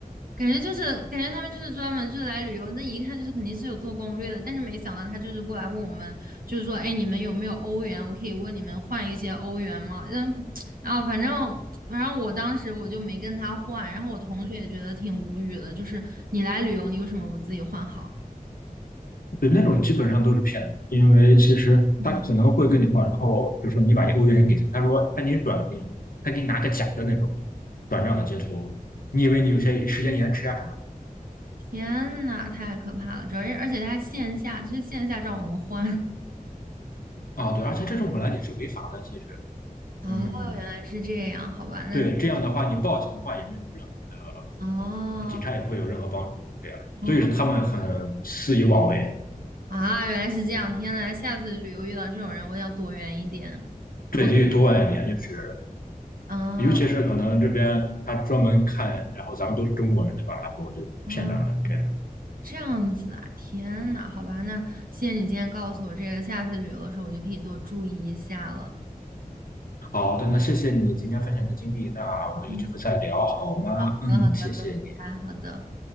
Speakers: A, on the right; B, on the left.
A: 感觉就是感觉他们就是专门就是来旅游，那一看就是肯定是有做攻略的，但是没想到他就是过来问我们，就是说，哎，你们有没有欧元？我可以问你们换一些欧元吗？嗯，然后反正。然后我当时我就没跟他换，然后我同学也觉得挺无语的，就是你来旅游，你为什么不自己换好？
B: 对，那种基本上都是骗子，因为其实他可能会跟你换，
A: 啊，
B: 然后比如说你把一个欧元给他，他说他给你转给你，他给你拿个假的那种转账的截图，你以为你有些时间延迟啊什么
A: 天呐，太可怕了！主要是而且他还线下，就是线下找我们换。<laughs>
B: 的啊？对，而且这种本来也是违法的，其实，
A: 哦，
B: 嗯，
A: 原来是这样，好吧，那
B: 对，这样的话你报警的话也没有任何的，
A: 哦
B: 呃警察也不会有任何帮助，对呀。
A: 哦
B: 所以他们很肆意妄为，
A: 啊，原来是这样，天呐，下次旅游遇到这种人，我要躲远一点。
B: 对，
A: 我都
B: 所以多问一点就是
A: 啊
B: 尤其是可能这边他专门看，然后咱们都是中国人，对吧？然后就骗到了这样。
A: 啊，这样子啊，天呐，好吧，那谢谢你今天告诉我这个，下次旅游的时候我就可以多注意一下了。
B: 好的，那谢谢你今天分享的经历，那我们有机会再聊好吗？
A: 嗯，好的好的，
B: 嗯，谢谢你。
A: 哎，好的。